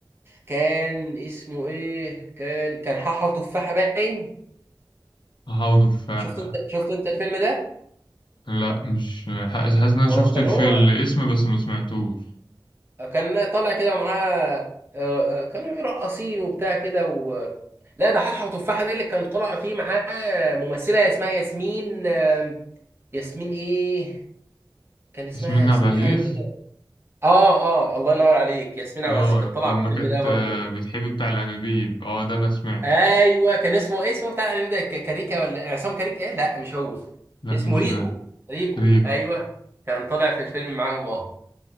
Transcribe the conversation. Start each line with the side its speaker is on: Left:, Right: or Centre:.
Right: كان اسمه ايه كان كان حاحة وتفاحة باين
Left: هحاول تفاحه
Right: شفت انت شفت انت الفيلم ده
Left: لا مش حاسس حاسس ان انا
Right: وكان
Left: شفت الف-
Right: هو
Left: الاسم بس ما سمعتوش
Right: كان طالع كده ومعاه آه، آه، كانوا راقصين وبتاع كده و... لا ده حاحة وتفاحة دي اللي كان طالع فيه معاه ممثلة اسمها ياسمين آم، ياسمين ايه كان اسمها
Left: ياسمين
Right: ياسمين
Left: عبد العزيز
Right: حاجة كده اه اه الله ينور عليك ياسمين
Left: اه
Right: عبد العزيز كانت طالعة
Left: لما
Right: في الفيلم
Left: كانت
Right: ده برضو
Left: آه، بتحب بتاع الانابيب اه ده انا سمعته
Right: ايوه كان اسمه إيه اسمه بتاع الانمي ده ك- كاريكا ولا عصام كاريكا ايه لا مش هو
Left: لا
Right: اسمه
Left: مش
Right: ريكو
Left: ده
Right: ريكو
Left: ريكو
Right: ايوه كان طالع في الفيلم معاهم اه